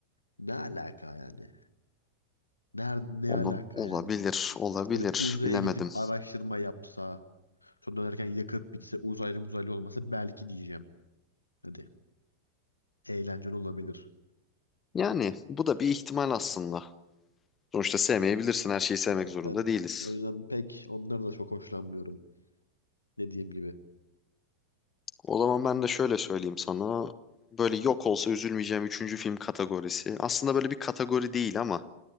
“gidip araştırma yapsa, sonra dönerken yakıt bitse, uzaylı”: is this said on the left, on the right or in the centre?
Left